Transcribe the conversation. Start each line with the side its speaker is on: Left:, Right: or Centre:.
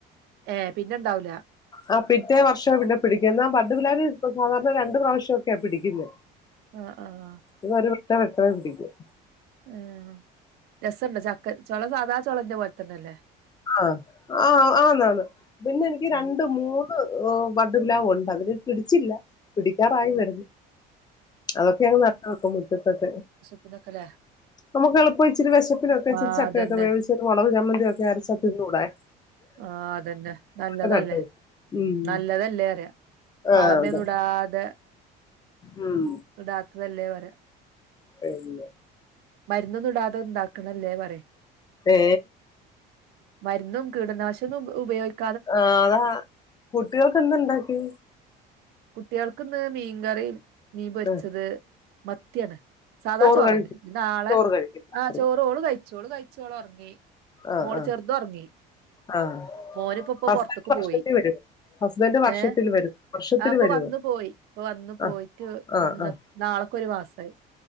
Right: ഏയ് പിന്നെണ്ടാവൂല
Left: ആ പിറ്റേ വർഷം പിന്നെ പിടിക്കുന്നെ എന്നാ ബഡ് പ്ലാവിൽ സാധാരണ രണ്ട് പ്രാവശ്യൊക്കെയാ പിടിക്കുന്നത്
Right: ആഹ് ആഹ്
Left: ഇത് ഒരു വട്ടം വെട്ടാതെ പിടിക്കും
Right: ആഹ് രസുണ്ട് ചക്ക ചൊള സാധാ ചോളെന്റെ പോലെ തന്നെല്ലേ
Left: ആഹ് ആഹ് ആന്നാന്ന് പിന്നെ എനിക്ക് രണ്ട്
Right: ഉം
Left: മൂ- ബഡ് പിലാവ് ഉണ്ട് അതിനാത്ത് പിടിച്ചില്ല പിടിക്കാറായി
Right: ഉം
Left: വരുന്നു അതൊക്കെ അങ്ങ് നട്ട് വെക്കും മുറ്റത്തൊക്കെ
Right: പ്പനക്കല്ലേ <unintelligible>
Left: നമുക്ക് എളുപ്പം ഇച്ചിരി വെശപ്പിനൊക്കെ ഇച്ചിരി
Right: ആഹ്
Left: ചക്കയൊക്കെ
Right: അതന്നെ
Left: വേവിച്ച് ഒരു മുളക് ചമ്മന്തിയെക്കെ അരച്ച തിന്നൂടെ
Right: ആഹ് അതന്നെ നല്ലതല്ലേ
Left: അതൊക്കെ നട്ട് വെക്കും ഉം
Right: നല്ലതല്ലേ അറിയ
Left: ആഹ്
Right: വളമേ
Left: അതെ
Right: ഇടാതെ
Left: ഉം
Right: ഇടാത്ത് അല്ലേ വര
Left: പിന്നെ
Right: മരുന്നൊന്നുംടാതെ ഇണ്ടാക്കണ അല്ലേ പറയും
Left: ഏ
Right: മരുന്നും കീടനാശു ന്നും ഉപയോഗിക്ക
Left: ആ അതാ കുട്ടികൾക്ക് എന്തുണ്ടാക്കി
Right: കുട്ടികൾക്ക്ന്ന് മീൻകറി മീൻ പൊരിച്ചത്
Left: ആഹ്
Right: മത്തിയണ് സാധാ
Left: ചോറ്
Right: ചോറന്നെ
Left: കഴിക്കും
Right: നാളെ
Left: ചോറ് കഴിക്കും രാത്രി
Right: ആ ചോ റോള് കഴിച്ചോള് കഴിച്ചോളറങ്ങി
Left: ആഹ്
Right: മോള്
Left: ആഹ്
Right: ചെർത് ഒറങ്ങി
Left: ആഹ്
Right: മോന്പ്പൊപ്പ
Left: ഹസ്ബൻഡ്
Right: പുറത്തുക്കു
Left: വർഷത്തിൽ
Right: പോയി
Left: വരും ഹസ്ബൻഡ് വർഷത്തിൽ
Right: ഏ
Left: വരും വർഷത്തിൽ
Right: ആ അപ്പൊ
Left: വരുവോ
Right: വന്ന് പോയി ഇപ്പൊ വന്നു പോയിട്ട്
Left: ആഹ് ആഹ് ആഹ്
Right: നാള്ക്ക്ഒരു മാസമായി